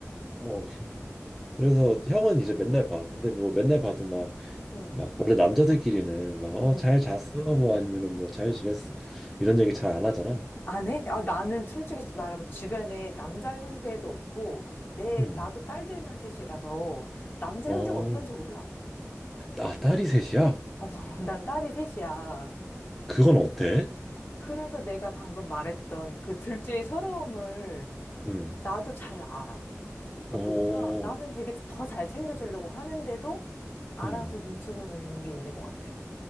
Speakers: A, in the centre; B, on the left (about 40°).
A: 어, 그래서 형은 이제 맨날 봐. 근데 뭐 맨날 봐도 막
B: 어,
A: 막 원래 남자들끼리는 막 어
B: 어.
A: 잘 잤어 뭐 아니면은 뭐 잘 지냈어 이런 얘기 잘 안 하잖아.
B: 안 해? 아, 나는 솔직히 말하면 주변에 남자 형제도 없고, 내,
A: 음.
B: 나도 딸들만 셋이라서 남자
A: 어.
B: 형제가 어떤지 몰라.
A: 아 딸이 셋이야?
B: <laughs> 난 딸이 셋이야.
A: 그건 어때?
B: 그래서 내가 방금 말했던 그 둘째의 서러움을
A: 음.
B: 나도 잘 알아. 그러니까
A: 어.
B: 뭔가 나는 되게 더 잘 챙겨주려고 하는데도 알아서
A: 음.
B: 눈치 보는 게 있는 것 같아.